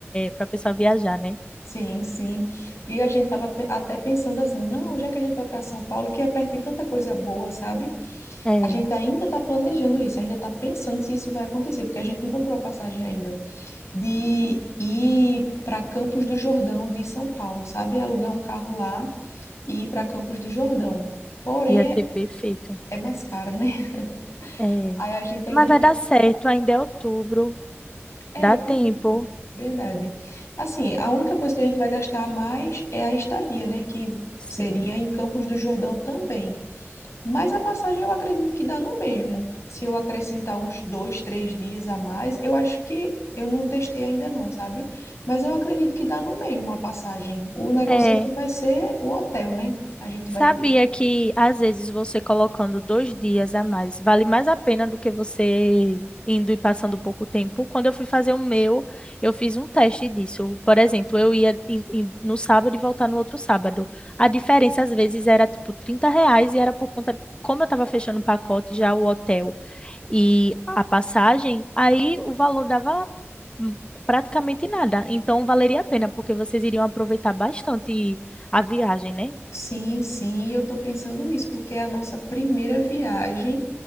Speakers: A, on the left; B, on the left.
A: para pessoa viajar, né?
B: sim, sim. E a gente estava até pensando assim, não, já que a gente vai para São Paulo, que é perto de tanta coisa boa, sabe?
A: É,
B: A gente ainda está planejando isso, ainda está pensando se isso vai acontecer, porque a gente não comprou a passagem ainda, de ir para Campos do Jordão de São Paulo, sabe? Alugar um carro lá e ir para Campos do Jordão. Porém,
A: ia ser
B: é,
A: perfeito.
B: é mais caro, né? <laughs>
A: É,
B: Aí a gente ainda
A: mas
B: tá.
A: vai dar certo, ainda é outubro,
B: É,
A: dá tempo.
B: Verdade. Assim, a única coisa que a gente vai gastar mais é a estadia, né? Que
A: Sim.
B: seria em Campos do Jordão também. Mas a passagem eu acredito que dá no mesmo. Se eu acrescentar uns dois, três dias a mais, eu acho que eu não testei ainda não, sabe? Mas eu acredito que dá no mesmo a passagem. O negócio
A: É,
B: é que vai ser o hotel, né? A gente
A: sabia
B: vai ter que.
A: que às vezes você colocando dois dias a mais vale mais a pena do que você indo e passando pouco tempo. Quando eu fui fazer o meu, eu fiz um teste disso. Por exemplo, eu ia em- em- no sábado e voltar no outro sábado. A diferença às vezes era tipo 30 reais e era por conta, como eu estava fechando o pacote já o hotel. e a passagem, aí o valor dava hum, praticamente nada. Então valeria a pena, porque vocês iriam aproveitar bastante a viagem, né?
B: Sim, sim, eu tô pensando nisso, porque é a nossa primeira viagem